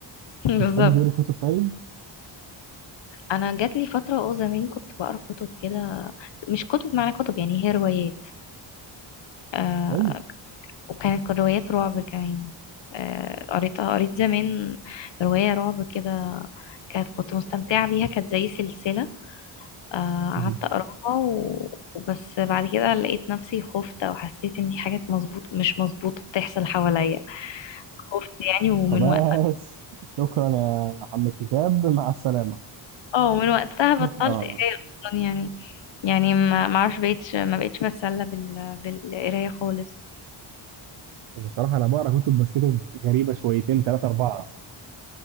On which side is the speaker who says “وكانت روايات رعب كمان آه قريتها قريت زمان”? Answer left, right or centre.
Left